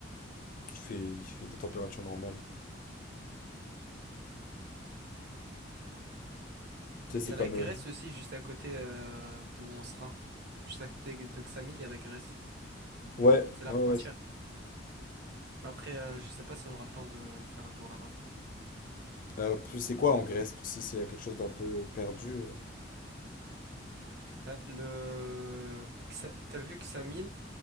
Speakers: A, on the left; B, on the right.
A: Il fait, il fait des températures normales. Tu sais,
B: Il y
A: c'est
B: a
A: comme.
B: la Grèce
A: euh,
B: aussi, juste à côté euh, d'où on sera. Juste à côté de Ksamil, il y a la Grèce.
A: Ouais,
B: C'est la
A: ouais,
B: frontière.
A: ouais.
B: Mais après, euh, je sais pas si on aura le temps de faire un tour là-bas.
A: Euh, puis c'est quoi en Grèce? Parce que si c'est quelque chose d'un peu perdu. euh,
B: Bah, le... Xa- T'as vu que Samil,